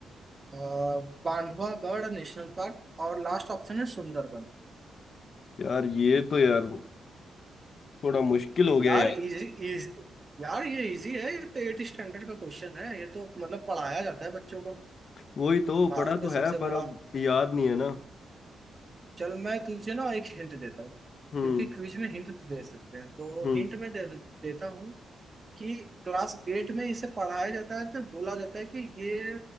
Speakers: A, on the right; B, on the left.
A: अ, बांधवागढ़ नेशनल पार्क और लास्ट ऑप्शन है सुंदरबन
B: यार ये तो यार थोड़ा मुश्किल हो गया
A: यार
B: यार
A: इजी इज यार ये इजी है ये तो एट स्टैंडर्ड का क्वेश्चन है ये तो मतलब पढ़ाया जाता है बच्चों को
B: वही तो
A: भारत
B: पढ़ा
A: का
B: तो है
A: सबसे
B: पर
A: बड़ा
B: अब याद नहीं है ना
A: चल मैं तुझे ना एक हिंट देता हूँ
B: हम्म
A: क्योंकि क्विज में हिंट तो दे सकते हैं तो
B: हम्म
A: हिंट में दे, देता हूँ कि क्लास एट में इसे पढ़ाया जाता है तो बोला जाता है कि ये